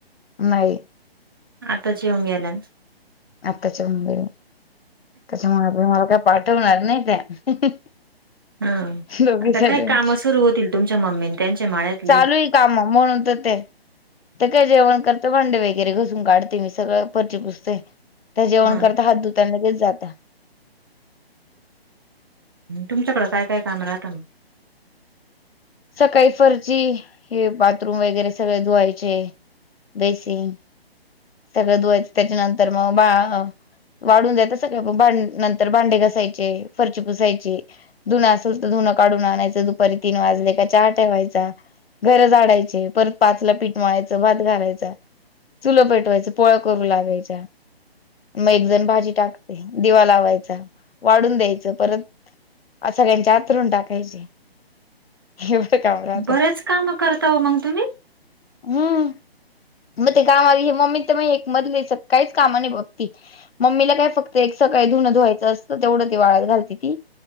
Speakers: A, on the left (about 70°); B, on the right (about 20°).
A: नाही
B: आताच येऊन गेल्यात
A: आत्ताच येऊन गेल्यात त्याचामुळे मला काय पाठवणार नाही त्या.
B: हा
A: दोघी
B: आता
A: साईड
B: काय काम सुरू होतील तुमच्या मम्मीन त्यांच्या माळ्यातले.
A: चालू आहे काम म्हणून तर ते ते काय जेवण करत भांडे वगैरे घसून काढते मी सगळं फरची पुसते. त्या जेवण
B: हं.
A: करता हात धुतात लगेच जाता.
B: तुमच्याकड काय काय काम राहतं मग.
A: सकाळी फरची हे बाथरूम वगैरे सगळे धुवायचे. बेसिंग सगळं धुवायचं त्याच्यानंतर मग बा वाढून दयायच सगळ्या भां नंतर भांडे घासायचे फरची पुसायची. धुनं असल तर धुनं काडून आणायचं दुपारी तीन वाजले की चहा ठेवायचा घर झाडायचे परत पाच ला पीठ मळायचं भात घालायच. चुलं पेटवायच पोळ्या करू लागायच्या मग एक जण भाजी टाक दिवा लावायचा वाढून द्यायचं परत सगळ्यांचे आतरून टाकायचे. एवढ काम? राहतं
B: बरेच काम करता हो मंग तुम्ही.
A: हम्म मग ते कामा मम्मी तर म एक मधली काहीच काम नाही बघती मम्मीला काय फक्त एक सकाळी धुनं धुवायचं असतं तेवढं ती वाळत घालती ती.